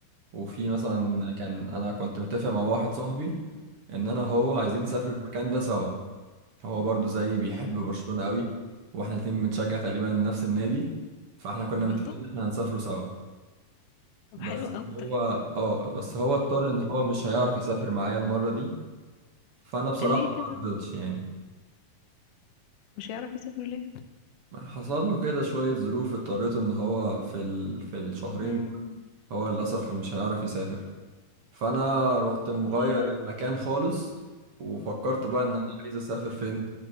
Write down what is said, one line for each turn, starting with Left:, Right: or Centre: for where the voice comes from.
Right: وفي مثلا
Left: مم،
Right: كان انا كنت متفق مع واحد صاحبي ان انا وهو عايزين نسافر
Left: مم.
Right: المكان ده سوا هو برضو زي بيحب برشلونة قوي واحنا الاتنين بنشجع تقريبا نفس النادي فاحنا كنا
Left: برضو
Right: متفقين ان احنا هنسافروا سوا
Left: طب
Right: بس
Left: حلو قوي طيب
Right: هو اه بس هو اضطر ان هو مش هيعرف يسافر معايا المرة دي فانا بصراحة
Left: ليه
Right: ما
Left: كده
Right: رضيتش يعني
Left: مش هيعرف يسافر ليه
Right: حصل له كده شوية ظروف اضطريته ان هو في ال... في الشهرين
Left: مم،
Right: هو للأسف مش هيعرف يسافر فانا رحت مغير
Left: ياه
Right: اه المكان خالص وفكرت بقى ان
Left: اه
Right: انا عايز اسافر فين